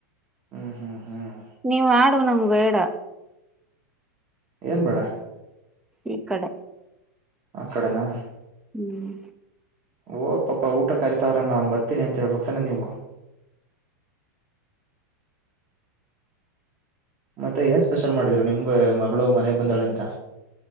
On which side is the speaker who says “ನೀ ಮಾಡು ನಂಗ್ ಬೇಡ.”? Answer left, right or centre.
Centre